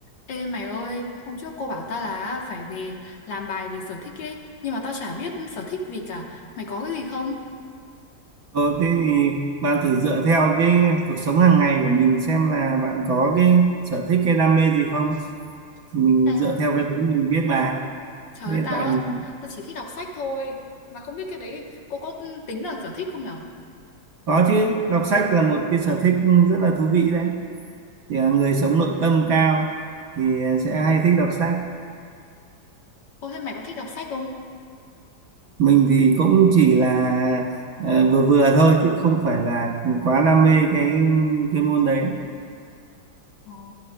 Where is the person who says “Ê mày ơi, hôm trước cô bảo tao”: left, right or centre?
Left